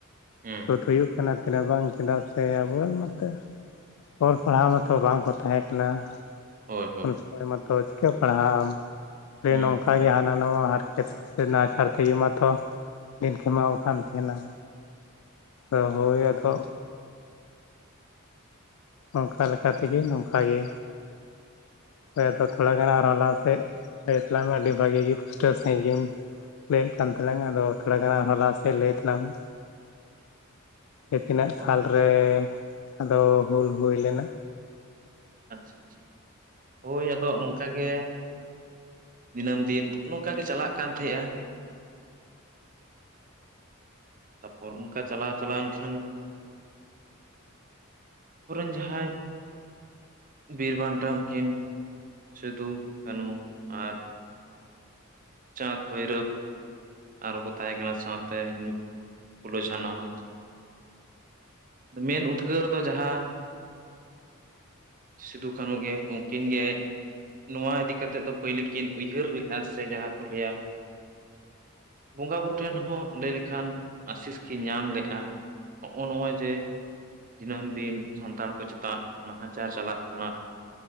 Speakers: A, on the right; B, on the left.
A: ᱦᱮᱸ
B: ᱥᱩᱫ ᱦᱩᱭᱩᱜ ᱠᱟᱱᱟ ᱛᱤᱱᱟᱹᱜ ᱵᱟᱝ ᱪᱮᱫᱟᱜ ᱥᱮ ᱥᱮ ᱟᱵᱚᱨᱮᱱ ᱢᱟᱛᱚ ᱚᱞ ᱯᱟᱲᱦᱟᱣ ᱢᱟᱛᱚ ᱵᱟᱝᱠᱚ ᱛᱟᱦᱮᱸ ᱠᱟᱱᱟ ᱾
A: ᱦᱳᱭ ᱦᱳᱭ
B: ᱩᱱ ᱥᱚᱢᱚᱭ ᱢᱟᱛᱚ ᱪᱤᱠᱟᱹ ᱯᱟᱲᱦᱟᱜ ᱟᱢ
A: ᱦᱮᱸ
B: ᱱᱚᱝᱠᱟ ᱜᱮ ᱦᱟᱱᱟᱣᱟ ᱦᱟᱨᱠᱮᱛ ᱥᱟᱥᱮᱛ ᱨᱮᱱᱟᱜ ᱱᱟᱦᱟᱪᱟᱨ ᱛᱮᱜᱮ ᱢᱟᱛᱚ ᱫᱤᱱ ᱠᱷᱮᱢᱟᱣ ᱠᱟᱱᱟᱱ ᱛᱟᱦᱮᱱᱟ ᱦᱳᱭ ᱟᱫᱚ ᱚᱱᱠᱟ ᱞᱮᱠᱟ ᱛᱮᱜᱮ ᱱᱚᱝᱠᱟᱜ ᱜᱮ ᱦᱳ ᱟᱫᱚ ᱛᱷᱚᱲᱟ ᱜᱟᱱ ᱟᱨᱚᱸ ᱞᱟᱦᱟ ᱥᱮᱫ ᱞᱟᱹᱭ ᱛᱟᱞᱟ ᱢᱮ ᱟᱹᱰᱤ ᱵᱷᱟᱹᱜᱤ ᱜᱮ ᱯᱩᱥᱴᱟᱹᱣ ᱥᱟᱹᱦᱤᱡ ᱜᱮᱢ ᱞᱟᱹᱭᱮᱫ ᱠᱟᱱ ᱛᱞᱟᱮᱝ ᱟᱫᱚ ᱛᱷᱚᱲᱟ ᱜᱟᱱ ᱟᱨᱦᱚᱸ ᱞᱟᱦᱟ ᱥᱮᱫ ᱞᱟᱹᱭ ᱛᱟᱝ ᱢᱮ ᱡᱮ ᱛᱤᱱᱟᱹᱜ
A: ᱟᱪᱪᱷᱟ
B: ᱥᱟᱞᱨᱮ ᱟᱫᱚ ᱦᱩᱞ ᱦᱩᱭ ᱞᱮᱱᱟ
A: ᱟᱪᱪᱷᱟ ᱟᱪᱪᱷᱟ ᱦᱳᱭ ᱟᱫᱚ ᱱᱚᱝᱠᱟ ᱜᱮ ᱫᱤᱱᱟᱹᱢ ᱫᱤᱱ ᱱᱚᱝᱠᱟ ᱜᱮ ᱪᱟᱞᱟᱜ ᱠᱟᱱ ᱛᱟᱦᱮᱸᱼᱟ ᱛᱟᱯᱚᱨ ᱚᱱᱠᱟ ᱪᱟᱞᱟᱣ ᱪᱟᱞᱟᱣᱮᱱ ᱠᱷᱟᱱ <unintelligible> ᱨᱮᱱ ᱡᱟᱦᱟᱸᱭ ᱵᱤᱨ ᱵᱟᱱᱴᱟ ᱩᱱᱠᱤᱱ ᱥᱤᱫᱷᱩ ᱠᱟᱹᱱᱦᱩ ᱟᱨ ᱪᱟᱸᱫᱽ ᱵᱷᱟᱹᱭᱨᱟᱹᱵᱽ ᱟᱨᱚ ᱠᱚ ᱛᱟᱦᱮᱸ ᱠᱟᱱᱟ ᱥᱟᱶᱛᱮ ᱯᱷᱩᱞᱚ ᱡᱷᱟᱱᱚ ᱟᱨᱠᱤ ᱢᱮᱱ ᱩᱫᱽᱜᱟᱹᱨ ᱫᱚ ᱡᱟᱦᱟᱸ ᱥᱤᱫᱩ ᱠᱟᱹᱱᱩ ᱜᱮ ᱩᱱᱠᱤᱱ ᱜᱮ ᱱᱚᱣᱟ ᱤᱫᱤ ᱠᱟᱛᱮᱫ ᱫᱚ ᱯᱟᱹᱭᱞᱟᱹ ᱠᱤᱱ ᱩᱭᱦᱟᱹᱨ ᱞᱮᱜ-ᱟ ᱥᱮ ᱡᱟᱦᱟᱸ ᱠᱚ ᱞᱟᱹᱭᱟ ᱵᱚᱸᱜᱟ ᱵᱩᱨᱩ ᱴᱷᱮᱱ ᱦᱚᱸ ᱞᱟᱹᱭ ᱞᱮᱠᱷᱟᱱ ᱟᱹᱥᱤᱥ ᱠᱤᱱ ᱧᱟᱢ ᱞᱮᱜᱼᱟ ᱦᱚᱸᱜ-ᱚ ᱱᱚᱣᱟ ᱡᱮ ᱫᱤᱱᱟᱹᱢ ᱫᱤᱱ ᱥᱟᱱᱛᱟᱲ ᱠᱚ ᱪᱮᱛᱟᱱ ᱱᱟᱦᱟᱪᱟᱨ ᱪᱟᱞᱟᱜ ᱠᱟᱱᱟ